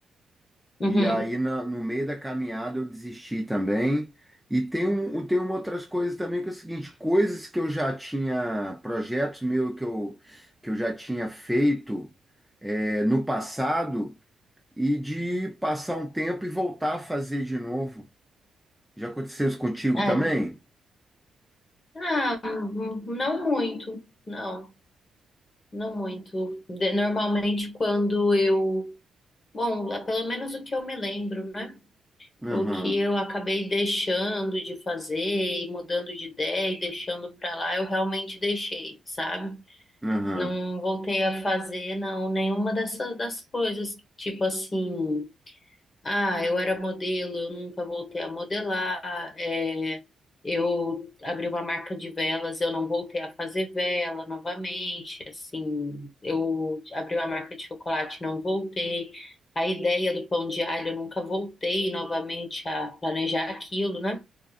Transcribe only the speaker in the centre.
E aí na- no meio da caminhada eu desisti também. E tem, um, tem uma outras coisas também que é o seguinte, coisas que eu já tinha, projetos meus que eu, que eu já tinha feito eh, no passado e de passar um tempo e voltar a fazer de novo. Já aconteceu isso contigo
também?
Aham.
Aham,